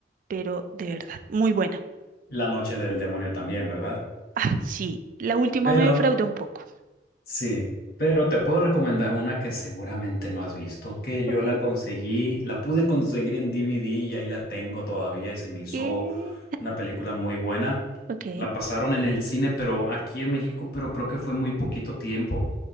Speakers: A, on the right; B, on the left.
A: pero de verdad, muy buena.
B: La Noche del Demonio también, ¿verdad?
A: Ah, sí, la última
B: Pero
A: me defraudó un poco.
B: Sí, pero te puedo recomendar una que seguramente no has visto, que yo
A: Ok,
B: la conseguí, la pude conseguir en DVD y ahí la tengo todavía y se me hizo
A: ¿qué?
B: una película muy buena.
A: Ok,
B: La pasaron en el cine, pero aquí en México, pero creo que fue muy poquito tiempo.